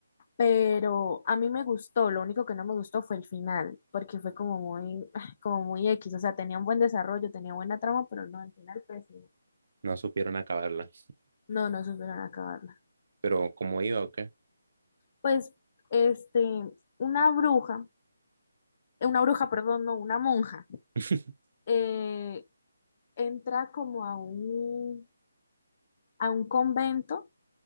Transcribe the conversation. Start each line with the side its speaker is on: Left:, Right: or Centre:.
Left: Pero a mí me gustó, lo único que no me gustó fue el final, porque fue como muy, <laughs> <sighs> como muy X, o sea, tenía un buen desarrollo, tenía buena trama, pero no, al final pésimo.
Right: no supieron acabarla,
Left: No, no supieron acabarla.
Right: pero ¿cómo iba o qué?
Left: Pues, este, una bruja, eh, una bruja, perdón, no, una monja,
Right: <laughs>
Left: eh, entra como a un, a un convento